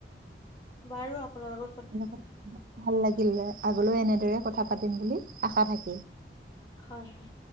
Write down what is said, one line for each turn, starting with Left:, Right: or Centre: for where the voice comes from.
Left: বাৰু আপোনালোকৰ
Right: <inaudible> ভাল লাগিল আগলৈও এনেদৰে কথা পাতিম বুলি আশা থাক
Left: হয়, হয়